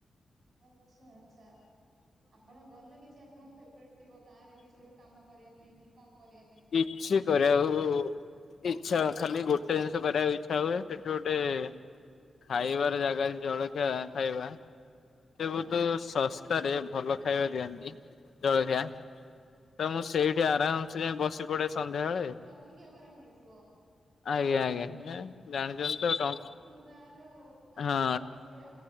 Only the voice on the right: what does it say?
ଆଚ୍ଛା, ଆଛା, ଆପଣ ଗଲେ କିଛି ଆପଣଙ୍କ ଫେବ୍ରେଟ ଥିବ, ଗାଁ ରେ କିଛି ଗୋଟେ କାମ କରିବା ପାଇଁ, କି କଣ କରିବା ପାଇଁ।
ଆଜ୍ଞା
ଟଙ୍କିକିଆ ବରା ମିଳୁଥିବ।
ସେଇଟା
ସବୁ
ଗାଁ ର, ଆମ
ଗାଁରେ ବ ସେଇଆ।